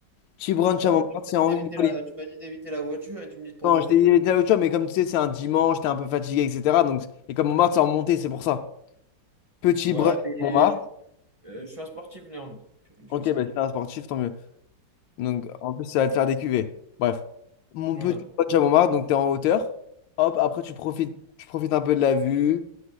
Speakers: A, on the left; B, on the right.
A: Petit brunch
B: Bah,
A: à Montmartre,
B: tu
A: c'est
B: m'as dit
A: en haut
B: d'éviter
A: d'une colline.
B: la, tu m'as dit d'éviter la voiture et tu me dis de prendre
A: Non,
B: un
A: je
B: taxi.
A: t'ai dit les l'autre jour, mais comme tu sais, c'est un dimanche, t'es un peu fatigué, etc. Donc... Et comme Montmartre, c'est en montée, c'est pour ça. Petit
B: Ouais,
A: brunch à
B: mais
A: Montmartre.
B: je, euh, je suis un sportif, Léandre. Je, je
A: Ok,
B: le sais.
A: bah, si t'es un sportif, tant mieux. Donc en plus, ça va te faire des cuvées. Bref. Mon
B: Voilà.
A: petit brunch à Montmartre, donc t'es en hauteur. Hop, après, tu profites, tu profites un peu de la vue.